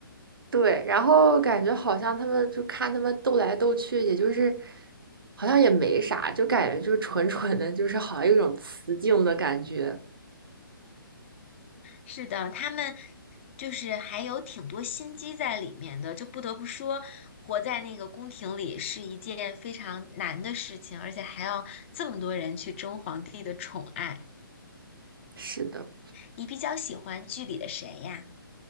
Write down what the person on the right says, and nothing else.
对，然后感觉好像他们就看他们斗来斗去，也就是好像也没啥，就感觉就是纯纯的，就是好像有一种雌竞的感觉。
是的。